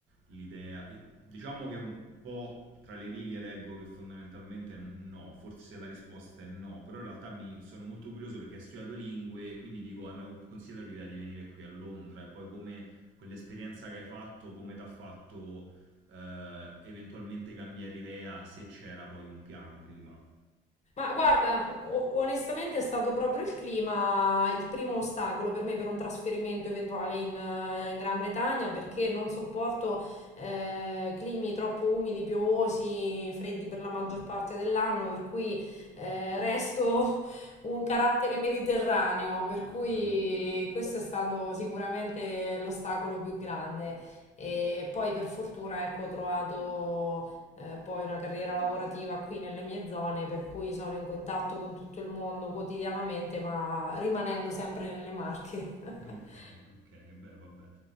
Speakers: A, on the right; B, on the left.
A: l'idea, eh, diciamo che un po' tra le righe leggo che fondamentalmente no, forse la risposta è no, però in realtà mi sono molto curioso perché hai studiato lingue e quindi dico, hai mai considerato l'idea di venire qui a Londra e poi come quell'esperienza che hai fatto, come ti ha fatto eh, eventualmente cambiare idea se c'era poi un piano prima?
B: Ma guarda, o- onestamente è stato proprio il clima il primo ostacolo per me per un trasferimento eventuale in, eh, in Gran Bretagna perché non sopporto eh, climi troppo umidi, piovosi, freddi per la maggior parte dell'anno, per cui eh, resto un carattere mediterraneo, per
A: <laughs>
B: cui questo è stato sicuramente l'ostacolo più grande. E poi per fortuna ecco, ho trovato eh, poi una carriera lavorativa qui nelle mie zone, per cui sono in contatto con tutto il mondo quotidianamente, ma rimanendo sempre nelle Marche. <laughs>
A: Ok, ok, beh, vabbè.